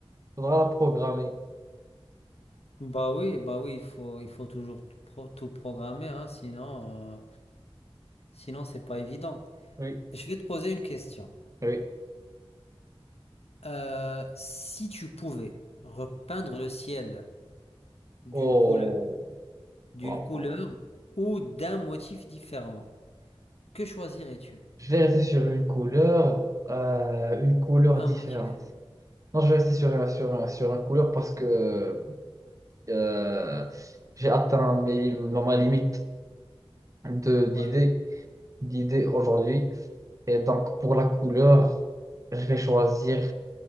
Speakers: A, on the right; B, on the left.
A: Faudra la programmer.
B: Bah oui, bah oui, il faut, il faut toujours tout, pro- tout programmer, hein, sinon, euh, sinon c'est pas évident.
A: Oui,
B: Je vais te poser une question.
A: oui.
B: Euh, si tu pouvais repeindre le ciel d'une
A: Oh,
B: couleur, d'une
A: wow,
B: couleur
A: wow, wow.
B: ou d'un motif différent, que choisirais-tu?
A: Je vais rester sur une couleur, euh, une couleur
B: Ou un
A: différente.
B: motif?
A: Non, je vais rester sur, un- sur, un- sur une couleur parce que euh, j'ai atteint mes, ma limite de, d'idées,
B: Ouais.
A: d'idées aujourd'hui. Et donc, pour la couleur, je vais choisir